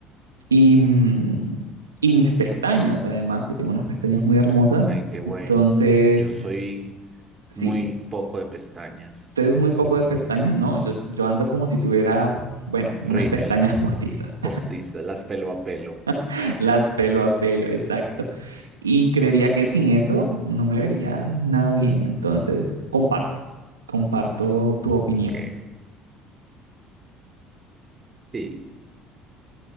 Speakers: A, on the right; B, on the right.
A: Y, mm, y mis pestañas, además, que tengo unas pestañas muy hermosas.
B: qué bueno.
A: Entonces,
B: Yo soy
A: sí,
B: muy poco de pestañas.
A: tú eres muy poco de pestañas, ¿no? Yo, yo ando como si tuviera, bueno,
B: Rímel,
A: unas pestañas postizas,
B: postiza, las pelo a pelo.
A: <laughs> las pelo a pelo, exacto. Y creería que sin eso no me vería nada bien, entonces comparto, comparto tu opinión.
B: Ok, sí,